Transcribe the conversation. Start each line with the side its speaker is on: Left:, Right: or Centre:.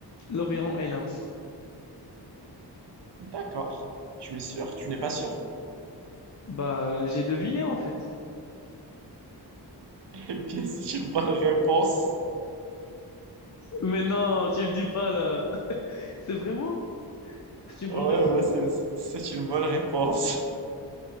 Left: Lorient et Lens.
Right: D'accord. Tu es sûr? Tu n'es pas sûr?
Left: Bah, j'ai deviné en fait.
Right: <laughs> Eh bien, c'est une bonne réponse.
Left: Mais non, tu me dis pas là. C'est vraiment? C'est une
Right: Ouais,
Left: bonne réponse.
Right: ouais, c'est c'est une bonne réponse.